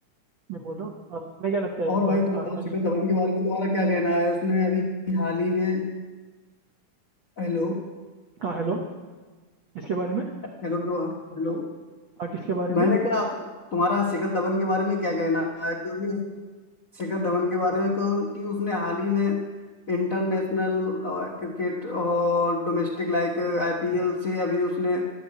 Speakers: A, on the right; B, on the left.
A: मैं बोल रहा हूँ अ, तुम्हें क्या लगता है
B: और
A: इस
B: भाई
A: बार
B: तुम बताओ
A: आसानी
B: शिखर
A: से
B: धवन
A: हो जाएगा
B: के बारे में तुम्हारा क्या कहना है उसने अभी हाल ही में हेलो
A: हाँ हेलो इसके बारे में
B: हेलो ब्रो हाँ, हेलो
A: हाँ किसके बारे में
B: मैंने कहा तुम्हारा शिखर धवन के बारे में क्या कहना है क्योंकि शिखर धवन के बारे में क्योंकि उसने हाल ही में इंटरनेशनल क्रिकेट और डोमेस्टिक लाइक आईपीएल से अभी उसने